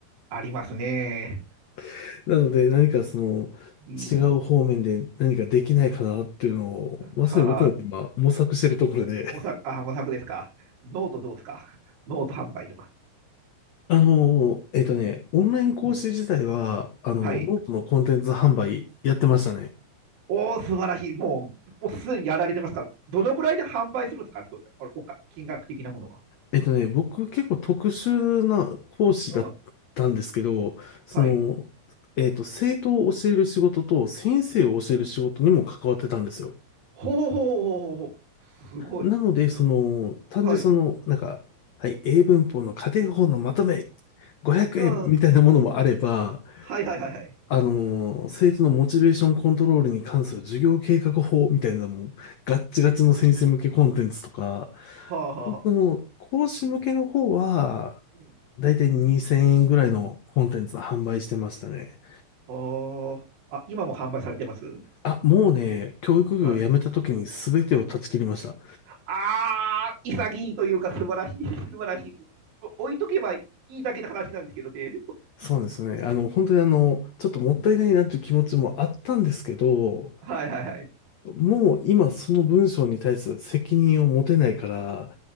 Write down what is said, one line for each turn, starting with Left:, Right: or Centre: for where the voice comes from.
Right: ありますね。
Left: <laughs> なので何かその、
Right: うん。
Left: 違う方面で何かできないかなっていうのを、まさに僕も今模索してるところで、
Right: はあ、模索、
Left: <laughs>
Right: あ、模索ですか。ノートどうですか。ノート販売とか。
Left: あの、えっとね、オンライン講師自体は、
Right: うん。
Left: あの、
Right: はい。
Left: ノートのコンテンツ販売やってましたね。
Right: おー素晴らしい。もう、もうすでにやられてますか。どのくらいで販売するんですか、そうあのおか、金額的なものは。
Left: えっとね、僕結構特殊な講師だったんですけど、
Right: うん。
Left: その、
Right: はい。
Left: えっと、生徒を教える仕事と先生を教える仕事にも関わってたんですよ。
Right: ほうほうほうほうほう。すごい。
Left: なので、その、単純にその、
Right: はい。
Left: なんか、はい、英文法の家庭法のまとめ500円みたいなものもあれば、
Right: うん。はいはいはいはい。
Left: あの、生徒のモチベーションコントロールに関する授業計画法みたいなのも、ガッチガチの先生向けコンテンツとか、
Right: はあはあ。
Left: その、講師向けの方は、
Right: うん。
Left: だいたい2000円ぐらいのコンテンツ販売してましたね。
Right: はあ。あ、今も販売されてます
Left: あ、もうね、教育業を辞めた時に全てを断ち切りました。
Right: はい。ああ、潔いというか素晴らしい、<laughs> 素晴らしい。置いとけばいいだけの話なんですけどね。
Left: そうですね。あの、本当にあの、ちょっともったいないなという気持ちもあったんですけど、
Right: うん。はいはいはい。
Left: もう今その文章に対する責任を持てないから、